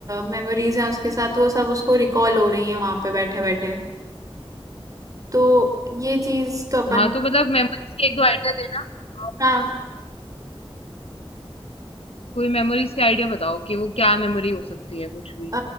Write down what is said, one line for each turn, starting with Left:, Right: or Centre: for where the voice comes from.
Right: मेमोरीज हैं उसके साथ वो सब उसको रिकॉल हो रही हैं वहां पे बैठे बैठे तो ये चीज तो अपन
Left: हाँ तो मतलब मेमोरीज के एक दो आइडिया देना आप
Right: हाँ
Left: कोई मेमोरीज के आइडिया बताओ कि वो क्या मेमोरी हो सकती है कुछ भी
Right: अ,